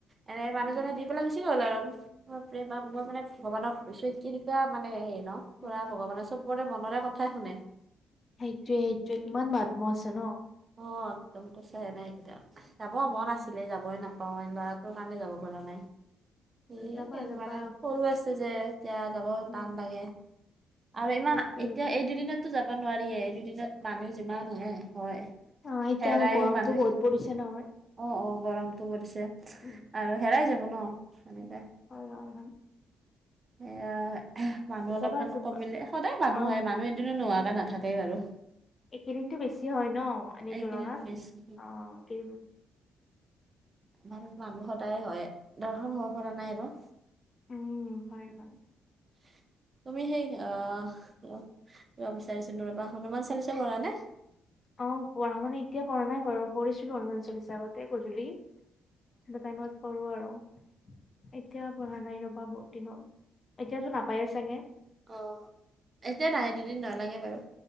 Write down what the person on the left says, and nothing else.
অ
অ
সেইটোৱে সেইটোৱে কিমান মহাত্মা আছে ন।
উম
যাবা যাবা
উম
সেইটোৱে
সেইটোৱে
অ সেইটো
আৰু গৰমতো
বহুত পৰিছে ন।
উম
হয় হয় হয়
যাবা যাবা
অ
একেইদিনতটো বেছি হয় ন এনেই
তুলনাত
অ কি।
উম হয় হয়।
অ পঢ়া মানে এতিয়া পঢ়া নাই বাৰু পঢ়িছিলো হনুমান চলিচা আগতে গধূলি। সেইটা টাইমত কৰো আৰু এতিয়া পঢ়া নাই ৰবা বহুত দিন হ'ল, এতিয়াতো নাপায়ে চাগে?
উম